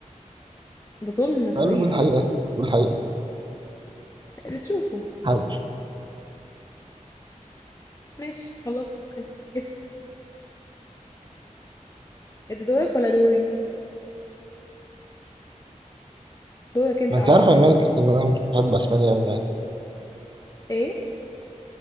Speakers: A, on the left; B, on the right.
A: ده ظلم صريح
B: قال بقول الحقيقة بقول الحقيقة
A: اللي تشوفه
B: حاضر
A: ماشي خلاص اوكي اسأل إيه ده دورك ولا دوري دورك انت
B: ما انت
A: عارف
B: عارفة يا مالك ان انا مش بحب اسبانيا أوي يعني
A: ايه